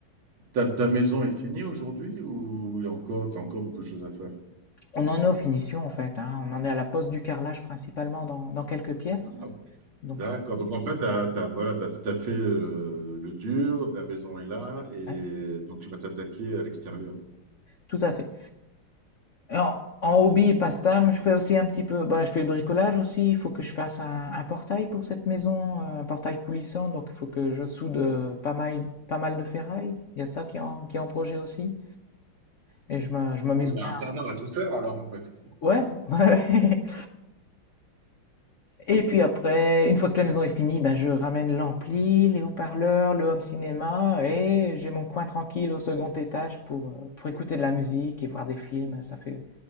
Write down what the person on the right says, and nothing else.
ta, ta maison est finie aujourd'hui ou il y a encore, t'as encore beaucoup de choses à faire?
Ah, ok.
d'accord.
Donc en fait, t'as, t'as- voilà, t'as, t'as fait euh, le, le dur, ta maison est là et
donc tu vas t'attaquer à l'extérieur.
Ah, T'as
intérêt à tout faire alors en fait.